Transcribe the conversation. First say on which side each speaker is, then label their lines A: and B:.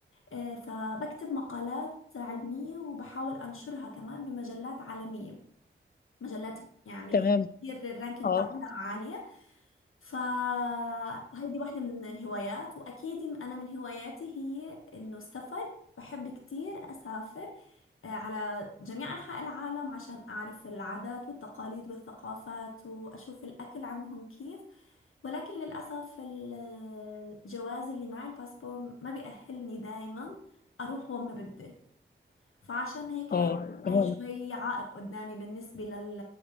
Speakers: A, on the left; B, on the left.
A: آه، فبكتب مقالات علمية وبحاول انشرها كمان بمجلات عالمية مجلات يعني
B: تمام
A: كتير الرانكينج
B: أه
A: بتاعنا عالية فهيدي واحدة من الهوايات وأكيد أنا من هواياتي هي إنه السفر بحب كتير أسافر آه، على جميع أنحاء العالم عشان أعرف العادات والتقاليد والثقافات وأشوف الأكل عندهم كيف ولكن للأسف ال- الجواز اللي معي الباسبور ما بيأهلني دايما أروح وين ما بدي فعشان هيك
B: أه
A: هاي
B: تمام
A: هاي شوي عائق قدامي بالنسبة لل